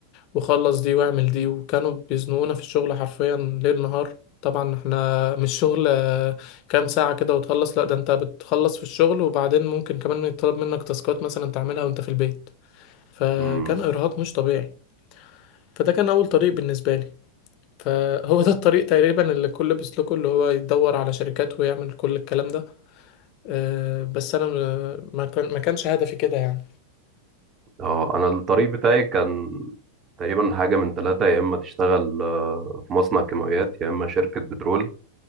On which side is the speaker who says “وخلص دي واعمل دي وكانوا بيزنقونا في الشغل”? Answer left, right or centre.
Left